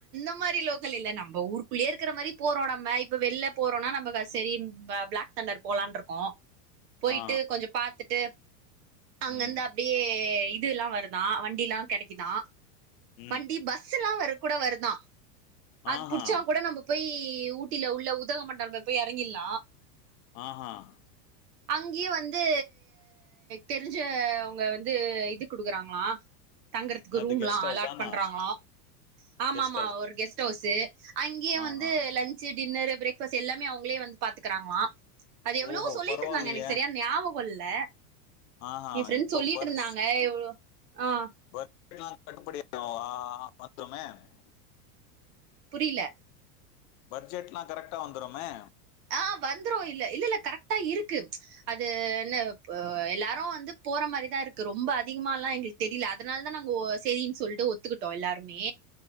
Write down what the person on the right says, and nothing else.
அி <unintelligible> க்கல்ல நம்ம ஊருக்குள்ளே இருக்கிற மாரி போறோம் நம்ம இப்ப வெளில போறோம்னா நம்ம சரி பிளாக் தண்டர் போலான்ருக்கோம் போய்ட்டு
கொஞ்சம் பாத்துட்டு அங்கந்து
அப்படியே இது எல்லாம் வருதான் வண்டில்லாம் கெடைக்குதான்
வண்டி பஸ்ல்லாம் வருத் கூட வருதான் அது
புடிச்சா கூட நம்ம போய் ஊட்டில உள்ள உதக மண்டங்கள் போய் எறங்கிர்லாம்
அங்கயே வந்து தெரிஞ்ச உங்க வந்து இது குடுக்குறாங்களா தங்கறதுக்கு
ரூம்ல்லாம்
அலாட் பண்றாங்கள ஆமா
ஆமா
ஒரு கெஸ்டவுஸ் அங்கயே
வந்து ல டின்னர் பிரேக்ஃபாஸ்ட் எல்லாமே அவங்களே வந்து பாத்துக்கிறாங்களாம் அது எவ்வளவோ
சொல்லிட்டு
இருந்தாங்க எனக்கு சரியா ஞாபகல்ல
என் ஃப்ரெண்ட்
சொல்லிட்ருந்தாங்க
எவ்ளோ ஆஹ்
புரியல
ஆஹ் வந்துரும் இல்ல இல்ல இல்ல கரெக்டா இருக்கு அது என்ன எல்லாரும் வந்து போற மாரிதான் இருக்கு ரொம்ப அதிகம எல்லாம் எங்களுக்கு தெரியல அதனால தான் நாங்க செரின்னு சொல்லிட்டு ஒத்துக்கிட்டோம் எல்லாருமே